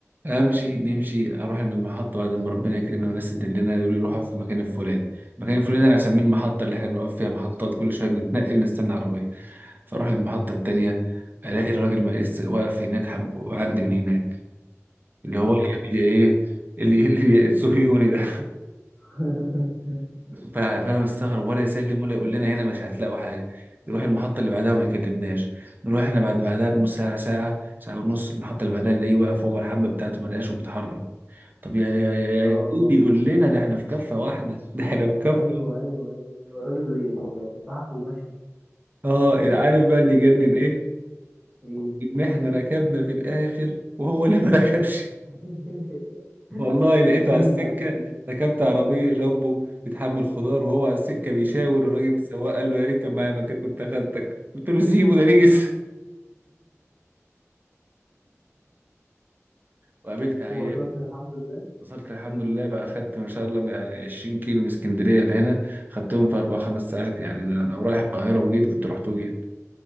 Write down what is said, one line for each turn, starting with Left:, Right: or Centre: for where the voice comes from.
Right: امشي نمشي اروح من المحطه بعد ما ربنا يكرمنا والناس تدلنا يقولوا لي روحها في المكان الفلاني المكان الفلاني ده انا اسميه المحطه اللي احنا بنقف فيها محطات كل شويه بنتنقل نستنى عربيه فاروح المحطه التانيه الاقي الراجل ما لسه واقف هناك حب وعدي من هناك اللي هو
Centre: اه
Right: اللي ايه اللي ايه؟ اللي الصهيوني ده
Centre: <laughs>
Right: ف- فانا مستغرب ولا يسلم ولا يقول لنا هنا مش هتلاقوا حاجه يروح المحطه اللي بعدها وما يكلمناش نروح احنا بعد بعدها بنص ساعه ساعه ساعه ونص المحطه اللي بعدها نلاقيه واقف هو الحبه بتاعته ما لقاش وبيتحرك طب يا يا يا يا
Centre: اه
Right: يا إيه بيقول لنا ده احنا في كفه واحده <laughs> ده احنا في كفه
Centre: ايوه ايوه ايوه ايوه الراجل اللي اتبعك ومشى
Right: اه عارف بقى اللي يجنن ايه
Centre: ايه
Right: ان احنا ركبنا في الاخر وهو اللي ما <laughs> ركبش
Centre: <laughs>
Right: والله لقيته
Centre: النية
Right: على السكه
Centre: يا سيدي
Right: ركبت عربيه
Centre: النية
Right: جامبو بتحمل خضار وهو على السكه بيشاور الراجل السواق قال له يا ريت كان معايا مكان كنت اخدتك قلت له سيبه ده نجس
Centre: <laughs>
Right: وقابلت عيال
Centre: وصلت الحمد لله
Right: وصلت الحمد لله بقى خدت ما شاء الله من 20 كيلو من اسكندريه لهنا خدتهم في اربع خمس ساعات يعني ده انا رايح القاهره وجيت كنت رحت وجيت